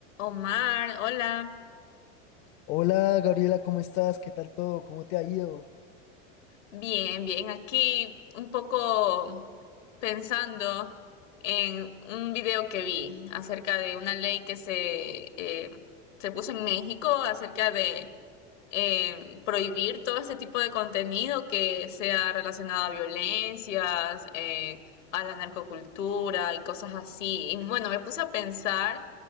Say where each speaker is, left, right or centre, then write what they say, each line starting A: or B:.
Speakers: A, on the left; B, on the left.
A: Omar, hola.
B: Hola Gabriela, ¿cómo estás? ¿Qué tal todo? ¿Cómo te ha ido?
A: Bien, bien. Aquí un poco pensando en un video que vi acerca de una ley que se, eh, se puso en México acerca de eh, prohibir todo este tipo de contenido que sea relacionado a violencias, eh, a la narcocultura y cosas así. Y bueno, me puse a pensar.